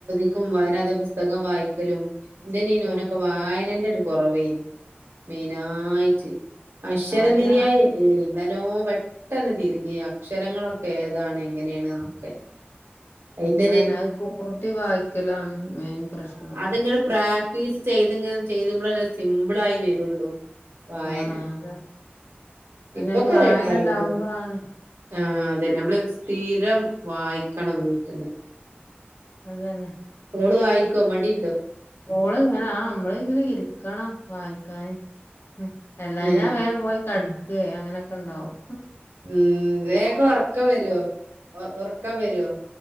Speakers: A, on the right; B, on the left.
A: ക്കും വായന അതേ പുസ്തകം വായിക്കലും
B: പുസ്തകവും
A: എന്ത്‌നെനോ ഓനൊക്കെ വായനന്റെ ഒര് കൊറെവേനി മെയിനായിറ്റ് അക്ഷരം
B: വായന
A: തിരിയായല്ലേനി നല്ലോം പെ ട്ടെന്ന് തിരിഞ്ഞ് അക്ഷരങ്ങളൊക്കെ ഏതാണ് എങ്ങനെയാണ് എന്നൊക്കെ അയിന്റൊരു
B: അതന്നെ അഹ് കൂട്ടി വായിക്കലാണ് മെയിൻ പ്രശ്നം
A: ആഹ് അത്ങ്ങനെ പ്രാക്ടീസ് ചെയ്ത്ങ്ങനെ ചെയ്ത് മ്പളല്ലേ സിമ്പിൾ ആയി വെര് ഒള്ളൂ. വായന
B: ആ അതാണ് അന്നെ
A: ഇപ്പൊക്കെ
B: ഈ വായന
A: റെഡി ആയിട്ടൊ.
B: ഉണ്ടാവുമ്പോളാണ്
A: ആഹ് ഇതെന്നെ നമ്മള് ഒര് സ്ഥിരം വായിക്കണം വീട്ട്ന്ന്.
B: അതെന്നെ
A: ഓള് വായിക്കോ മടി
B: ഓള് ഇങ്ങനെ ആഹ് നമ്മളിങ്ങനെ ഇരിക്കണം വായിക്കാന് ഉം എല്ലാഞ്ഞാ
A: ഏഹ്
B: വേം പോയി കളിക്കെ അങ്ങനൊക്കണ്ടാവും.
A: ഉം
B: <inaudible>
A: വേഗം ഒറക്കം വരുവോ ഒ ഒറക്കം വരുവോ